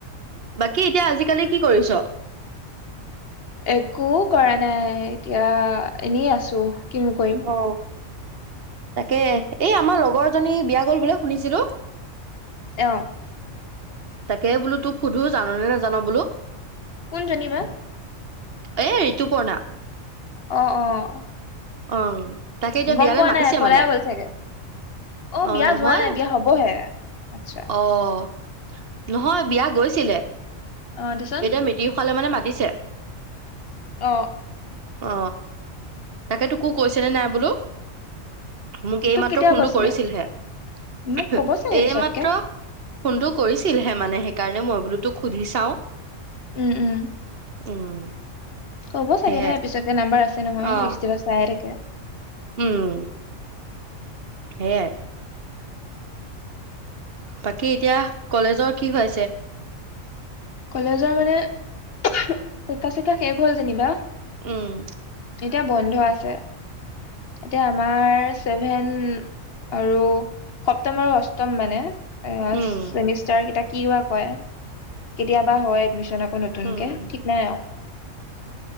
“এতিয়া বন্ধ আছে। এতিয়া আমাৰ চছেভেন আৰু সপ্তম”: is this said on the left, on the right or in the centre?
Left